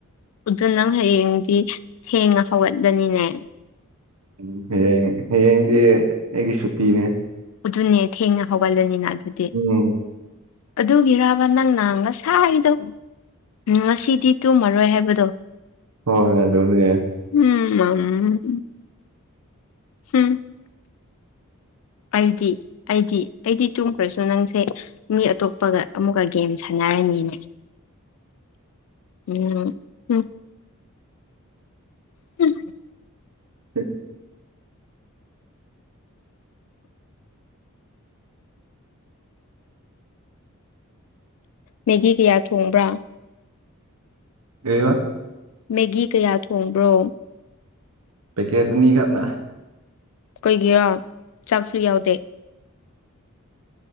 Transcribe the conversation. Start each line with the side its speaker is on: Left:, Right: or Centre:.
Left: ꯑꯗꯨ ꯅꯪ ꯍꯌꯦꯡꯗꯤ ꯊꯦꯡꯅ ꯍꯧꯒꯠꯂꯅꯤꯅꯦ
Right: ꯎꯝ ꯍꯌꯦꯡ ꯍꯌꯦꯡꯗꯤ ꯑꯩꯒꯤ ꯁꯨꯇꯤꯅꯦ
Left: ꯑꯗꯨꯅꯦ ꯊꯦꯡꯅ ꯍꯧꯒꯠꯂꯅꯤꯅ ꯑꯗꯨꯗꯤ
Right: ꯎꯝ
Left: ꯑꯗꯨꯒꯤꯔꯕ ꯅꯪꯅ ꯉꯁꯥꯏꯗꯣ ꯎꯝ ꯉꯁꯤꯗꯤ ꯇꯨꯝꯃꯔꯣꯏ ꯍꯥꯏꯕꯗꯣ
Right: ꯍꯣꯏ ꯑꯗꯨꯅꯦ
Left: <unintelligible> ꯃꯝ <unintelligible> ꯑꯩꯗꯤ ꯑꯩꯗꯤ ꯑꯩꯗꯤ ꯇꯨꯝꯈ꯭ꯔꯁꯨ ꯅꯪꯁꯦ ꯃꯤ ꯑꯇꯣꯞꯄꯒ ꯑꯃꯨꯛꯀ ꯒꯦꯝꯁꯦ ꯁꯥꯟꯅꯔꯅꯤꯅꯦ ꯎꯝ <unintelligible> <unintelligible>
Right: <inaudible>
Left: ꯃꯦꯒꯤ ꯀꯌꯥ ꯊꯣꯡꯕ꯭ꯔꯥ
Right: ꯀꯔꯤꯕ
Left: ꯃꯦꯒꯤ ꯀꯌꯥ ꯊꯣꯡꯕ꯭ꯔꯣ
Right: ꯄꯦꯀꯦꯠ ꯑꯅꯤ ꯈꯥꯛꯅ
Left: ꯀꯩꯒꯤ ꯆꯥꯛꯁꯨ ꯌꯥꯎꯗꯦ